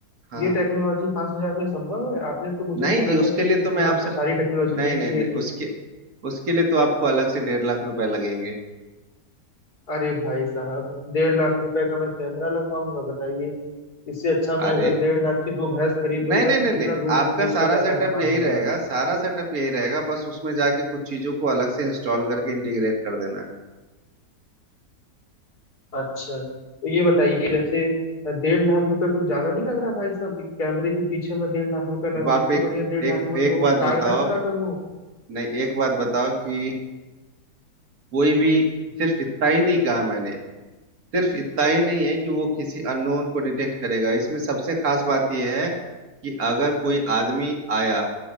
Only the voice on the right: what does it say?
हाँ
नहीं
जी उसके
लिए
तो मैं आपसे
नहीं
नहीं
नहीं उसके उसके लिए तो आपको अलग से डेढ़ लाख रुपए लगेंगे
अरे
नहीं नहीं
नहीं
नहीं
आपका
सारा
सेटअप
यही
रहेगा सारा सेटअप यही रहेगा बस उसमें जाके कुछ चीजों को अलग से इंस्टॉल करके इंटीग्रेट कर देना
अब
आप
एक
एक
एक बात
बताओ
नहीं एक बात बताओ कि कोई भी सिर्फ इतना ही नहीं कहा मैंने सिर्फ इतना ही नहीं है कि वो किसी अननोन को डिटेक्ट करेगा इसमें सबसे खास बात यह है कि अगर कोई आदमी आया